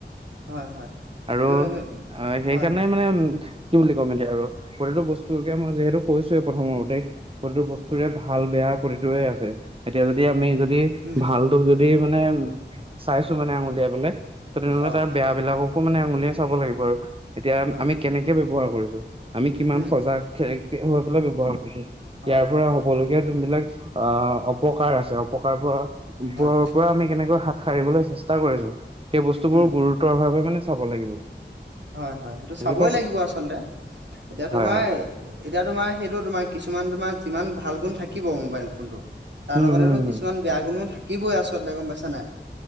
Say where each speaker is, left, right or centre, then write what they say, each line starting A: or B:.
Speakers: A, on the right; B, on the right.
A: হয়, হয়।
B: আৰু
A: সেইটো
B: অ',
A: তুমি
B: সেইকাৰণে
A: হয়, হয়,
B: মানে উ কি বুলি কম এতিয়া আৰু প্ৰতিটো বস্তুকে মই যিহেতু কৈছোৱে প্ৰথম মতেই প্ৰতিটো বস্তুৰে ভাল বেয়া প্ৰতিটোৱে আছে এতিয়া যদি আমি যদি
A: উম,
B: ভালটোক যদি মানে চাইছো মানে আঙুলিয়াইবলে ত তেনেহ'লে
A: অ',
B: তাৰ বেয়া বিলাককো মানে আঙুলিয়ে চাব লাগিব আৰু। এতিয়া
A: হয়,
B: আমি কেনেকে ব্যৱহাৰ কৰিছোঁ আমি কিমান
A: উম,
B: সজাগ হৈ পেলাই ব্যৱহাৰ কৰিছোঁ।
A: হয়,
B: ইয়াৰ
A: হয়,
B: পৰা হ'বলগীয়া যোনবিলাক আহ অপকাৰ আছে অপকাৰ পৰা
A: হয়,
B: পৰা আমি কেনেকৈ হাত সাৰিবলৈ চেষ্টা কৰিছোঁ সেই বস্তুবোৰ
A: উম,
B: গুৰুতৰ ভাৱে মানে চাব লাগিব।
A: হয়, হয় সেইটো
B: বুজি
A: চাবই
B: পাইছে?
A: লাগিব আচলতে এতিয়া
B: হয়
A: তোমাৰ
B: হয়।
A: এতিয়া তোমাৰ সেইটো তোমাৰ কিছুমান তোমাৰ যিমান ভাল গুণ থাকিব মোবাইল ফোনটো তাৰ
B: উম,
A: লগতেতো
B: হুম, হুম,
A: কিছুমান বেয়া গুণেও থাকিবই আচলতে গম পাইছ নাই